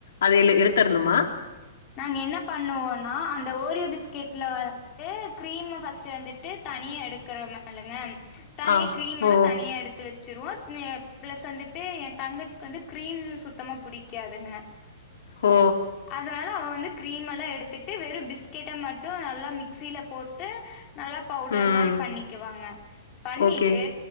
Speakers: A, on the left; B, on the left.
A: அது எலே எடுத்தர்ணுமா
B: நாங்க என்ன பண்ணுவோன்னா அந்த ஓரியோ பிஸ்கெட்ல வந்துட்டு கிரீம்ம ஃபர்ஸ்ட்டு வந்துட்டு தனி னியா எடுக்குறோமா இல்லங்க தனி
A: ஆ
B: கிரீமெல்லா
A: ஓ
B: தனியா எடுத்து வச் ச்சிருவோ அ பிளஸ் வந்துட்டு என் தங்கச்சிக்கு வந்து கிரீம் சுத்தமா புடிக்காதுங்க
A: ஒ
B: அதனால அவ வந்து கிரீமெல்லா எடுத்துட்டு வெறு பிஸ்கெட்ட மட்டு நல்லா மிக்சில போட்டு நல்லா பவுடர்
A: ம்
B: மாரி பண்ணிக்குவாங்க பண்ணிட்டு
A: ஓகே.